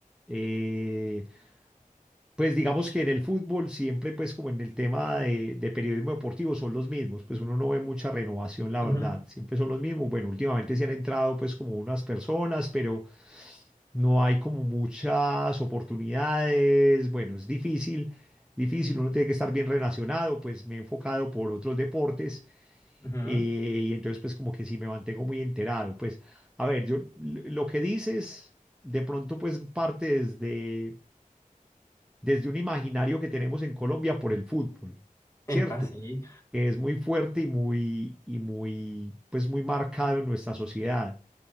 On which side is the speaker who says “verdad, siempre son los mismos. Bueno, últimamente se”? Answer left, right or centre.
Centre